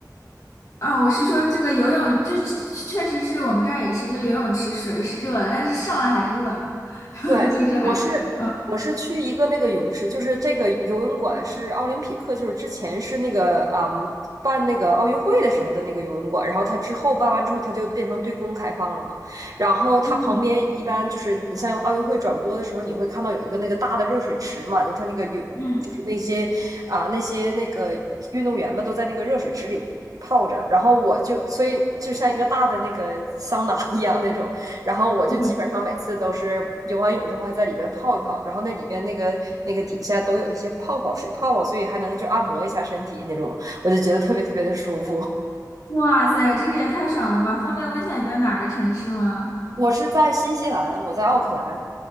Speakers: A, on the left; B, on the right.
A: 啊，我是说这个游泳，这这确实是我们这儿也是，就游泳池水是热的，但是上来还是冷，<laughs>
B: 对，
A: 就是还，
B: 我是我是去一个那个泳池，
A: 嗯
B: 就是这个游泳馆是奥林匹克，就是之前是那个嗯办那个奥运会的时候的那个游泳馆，然后它之后办完之后，它就变成对公开放了嘛。然后它旁边一般就是你像奥运会转播的时候，
A: 嗯
B: 你会看到有一个那个大的热水池嘛，就它那个有就是那些啊、
A: 嗯
B: 那些那个运动员们都在那个热水池里泡着，然后我就所以就像一个大的那个桑拿一样那种，然后我就基本上每次都是游完泳之后还在里边泡一泡，
A: 嗯，
B: 然后那里边那个那个底下都有那些泡泡水泡泡，所以还能就按摩一下身体那种，我就觉得特别特别的舒服。<laughs>
A: 哇塞，这个也太爽了吧！方便问一下你在哪个城市吗？
B: 我是在新西兰，我在奥克兰。